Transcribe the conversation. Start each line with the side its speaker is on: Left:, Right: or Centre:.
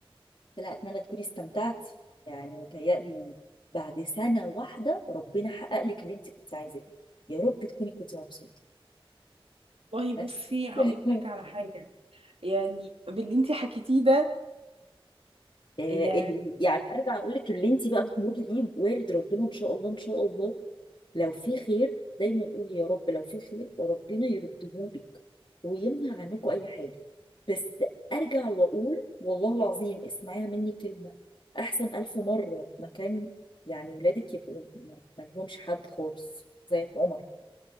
Left: قلت لها اتمنى تكوني استمتعتي يعني متهيألي بعد سنه واحده ربنا حقق لك اللي انت كنت عايزاه يا رب تكوني كنت مبسوطه
Right: والله بصي
Left: بس
Right: هقول
Left: <laughs>
Right: لك على حاجة يعني باللي انت حكيتيه ده
Left: آه،
Right: يعني
Left: ال... يعني ارجع اقول لك اللي انت بقى بتمر بيه وارد ربنا ان شاء الله ان شاء الله لو في خير دايما قول يا رب لو في خير وربنا يردهولك ويمنع عنكم اي حاجه بس ارجع واقول والله العظيم اسمعيها مني كلمه احسن الف مره مكان يعني ولادك يبقوا ما ما لهمش حد خالص زي عمر